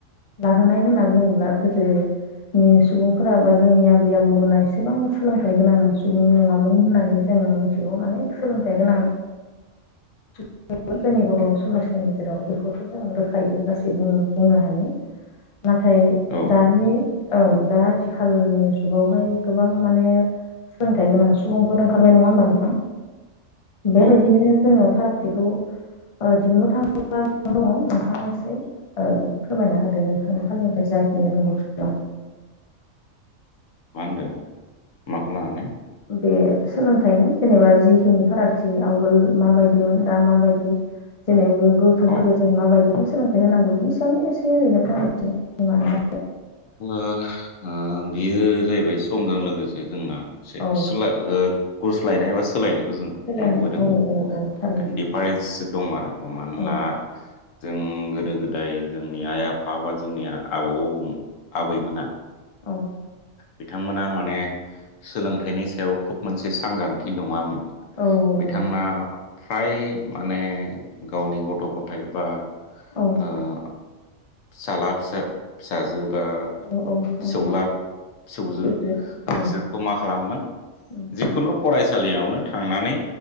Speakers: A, on the left; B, on the left.
A: लाहोनाय होनना बुङोब्ला गोदो नि सुबुंफोरा बा जोंनि आबै आबौमोना एसेबां सोलोंथाइ गोनां सुबुं नङामोन होननानै जों मिथिगौ माने सोलोंथाइ गोनां <inaudible> जोंनि बर' समाजनि गेजेराव बेखौथ' जों रोखायै गासै बुंनो बुंनो हायो।
B: <inaudible>
A: नाथाय
B: औ
A: दानि औ दा आथिखालनि जुगावहाय गोबां माने सोलोंथाइ गोनां सुबुंफोर ओंखारबाय नङा होमबा नोंथां बेबायदिनो
B: औ
A: जोङो फाराग थिखौ ओ दिहुननो थाङोब्ला <unintelligible> दङ नोंथाङा एसे ओ फोरमायना होदो नोंथांनि फालनिफ्राय जाखिनि रोंगौथि दं।
B: मा होनदो माखौ लानानै?
A: बे सोलोंथाइनि जेनेबा जिखिनि फारागथि आवगोल माबायदिमोन दा माबायदि जेनै गो-गोथ'फोरखौ
B: अ ओ
A: जों माबायदिहाय सोलोंथाइ होनांगौ बिनि सायावनो एसे ओरैनो फंनैसो होननानै
B: ओ ओ बियो जाहैबाय समजों लोगोसे जोंना से
A: औ
B: सोला ओ गुस्लायनाय एबा सोलायनाय। जों
A: सोलायनाय
B: नुबोदों
A: औ
B: माने
A: औ औ थारैनो
B: डिफारेन्स दं आरो हमनानै
A: औ
B: ला जों गोदो गोदाय जोंनि आइ आफा बा जोंनिया आबौ आबैमोना
A: औ
B: बिथांमोना माने सोलोंथाइनि सायाव खोब मोनसे सांग्रांथि नङामोन।
A: औ नंगौ
B: बिथांमोना फ्राय माने गावनि गथ' गथाइ बा
A: औ
B: ओ फिसाला फिसा फिसाजो बा
A: औ औ
B: फिसौला
A: औ
B: फिसौजो
A: फिसौजो
B: ओ
A: औ
B: बिसोरखौ मा खालामोमोन
A: उम
B: जिखुनु फरायसालियावनो थांनानै